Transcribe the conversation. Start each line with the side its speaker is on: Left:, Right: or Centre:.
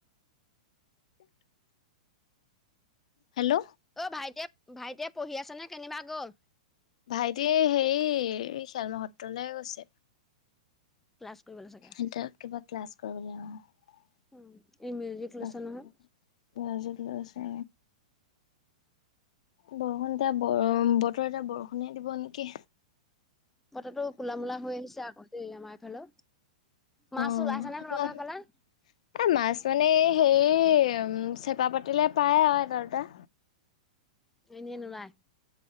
Left: <inaudible> হেল্ল'
Centre: অ, ভাইটিয়ে ভাইটিয়ে পঢ়ি আছে, নে কেনিবা গ'ল।
Left: ভাইটি হেৰি খেলমূহুত লৈ গৈছে।
Centre: ক্লাছ কৰিবলৈ চাগে
Left: সিঁহতে কিবা ক্লাছ কৰে বোলে অ'।
Centre: উম, এই মিউজিক
Left: ক্লাছ
Centre: লৈছে নহয়।
Left: কৰিব মিউজিক লৈছে। বৰষুণ এটা বৰ, বতৰ এতিয়া বৰষুণে দিব নেকি?
Centre: বতৰটো কোলা মোলা হৈ আহিছে আকৌ দেই আমাৰ এইফালো মাছ
Left: অ
Centre: ওলাইছেনে
Left: আমাৰ
Centre: তোমাৰলোকৰ সেইফালে?
Left: এ মাছ মানে হেৰি, উম, চেপা পাতিলে পায় আৰু এটা দুটা।
Centre: এনেই নোলায়।